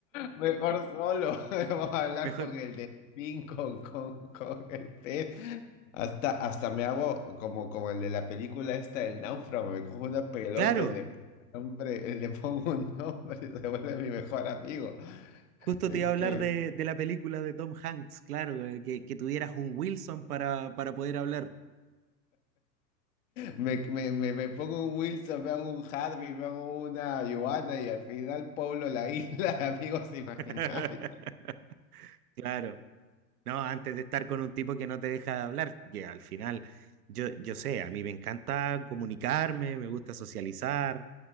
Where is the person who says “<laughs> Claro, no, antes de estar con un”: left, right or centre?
Right